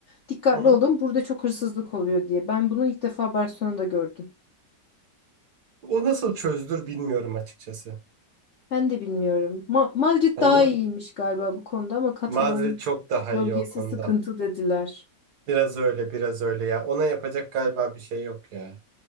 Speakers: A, on the left; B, on the right.
A: Dikkatli
B: hı hı.
A: olun burada çok hırsızlık oluyor diye. Ben bunu ilk defa Barcelona'da gördüm.
B: O nasıl çözülür bilmiyorum açıkçası.
A: Ben de bilmiyorum. Ma- Madrid
B: Yani
A: daha
B: nasıl-
A: iyiymiş galiba bu konuda ama Katalan
B: Madrid çok daha
A: bölgesi
B: iyi o konuda.
A: sıkıntı dediler.
B: Biraz öyle biraz öyle ya. Ona yapacak galiba bir şey yok ya.